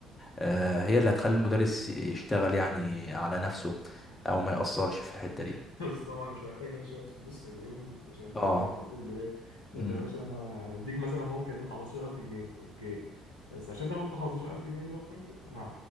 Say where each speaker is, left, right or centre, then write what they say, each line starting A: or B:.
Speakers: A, on the left; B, on the left.
A: آه، هي اللي هتخلي المدرس يشتغل يعني على نفسه أو ما يأثرش في الحتة
B: <laughs>
A: دي
B: بس طبعا انت محتاج لك شويه فلوس حلوين عشان طبعا
A: اه
B: انت تقول له ايه تقول
A: امم
B: له يا باشا انا هديك مثلا ممكن 15000 جنيه اوكي بس عشان تاخد ال 15000 جنيه دول انا